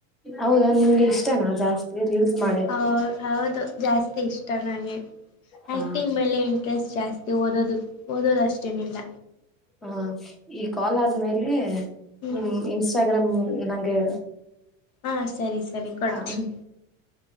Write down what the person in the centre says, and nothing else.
ಹೌದಾ ನಿಮ್ಗೆ ಇಷ್ಟನಾ ಜಾಸ್ತಿ ರೀಲ್ಸ್ ಮಾಡಕು
ಹ
ಹ ಈ ಕಾಲ್ ಆದ್ಮೇಲೆ
ಹ ಇನ್ಸ್ಟಾಗ್ರಾಮ್ ನಂಗೆ
ಹ